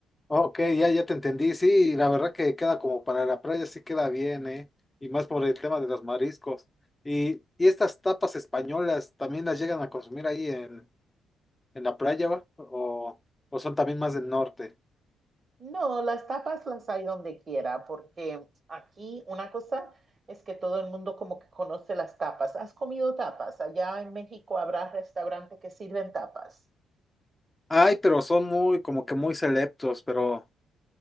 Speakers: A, on the left; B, on the right.
A: Ok, ya, ya te entendí. Sí, la verdad que queda como para la playa, sí queda bien, ¿eh? Y más por el tema de los mariscos. Y, y estas tapas españolas también las llegan a consumir ahí en la playa, va, o, o son también más del norte.
B: No, las tapas las hay donde quiera, porque aquí una cosa es que todo el mundo como que conoce las tapas. ¿Has comido tapas? Allá en México habrá restaurantes que sirven tapas.
A: Ay, pero son muy, como que muy selectos, pero